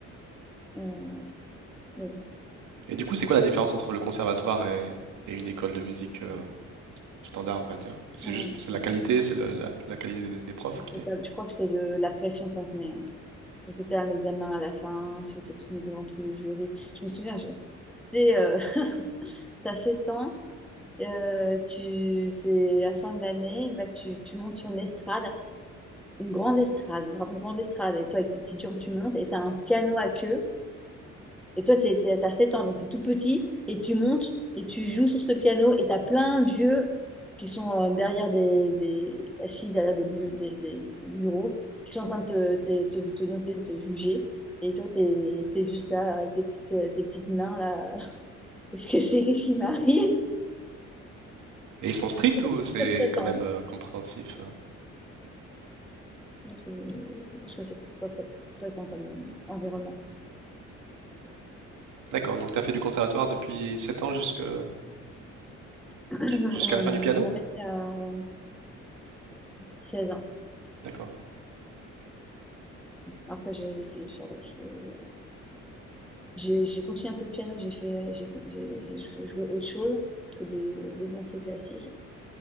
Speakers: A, in the centre; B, on the right.
A: Euh, oui.
B: Et du coup, c'est quoi la différence entre le conservatoire et, et une école de musique? euh, standard, on va dire. C'est
A: Alors,
B: juste,
A: je
B: c'est
A: sais
B: la
A: pas.
B: qualité, c'est le- la, la qualité des, des profs
A: Je sais
B: qui
A: pas.
B: est-
A: Je crois que c'est le- la pression qu'on tenait. hein. Parce que tu as un examen à la fin, tu t'es mis devant tout le jury. Je me souviens, je- c'est, euh, <laughs> t'as 7 ans, euh, tu, c'est la fin de l'année, bah, tu, tu montes sur une estrade, une grande estrade, je me rappelle, une grande estrade. Et toi, avec tes petites jambes, tu montes et tu as un piano à queue Et toi, t'es, t'es- t'as 7 ans, donc t'es tout petit, et tu montes, et tu joues sur ce piano, et t'as plein de vieux qui sont euh, derrière des, des- assis derrière des, bu- des- des bureaux, qui sont en train de te, te- te- te noter, de te juger. Et toi, t'es, t'es juste là avec tes petites, euh, tes petites mains là. <laughs> Qu'est-ce que c'est? Qu'est-ce qui m'arrive?
B: Et ils sont stricts
A: <laughs>
B: ou
A: C'est
B: c'est
A: très stressant.
B: quand même euh, compréhensif? euh
A: Moi, c'est- moi, je trouve ça très stress- stressant comme euh, environnement.
B: D'accord, donc tu as fait du conservatoire depuis 7 ans jusque-
A: <clears throat>
B: jusqu'à
A: Euh,
B: la fin du piano?
A: j'ai arrêté à 16 ans.
B: D'accord.
A: Après, j'ai essayé de faire autre chose. J'ai j'ai continué un peu de piano, j'ai fait, euh, j'ai con- j'ai- j'ai jou- joué autre chose que des, des morceaux classiques,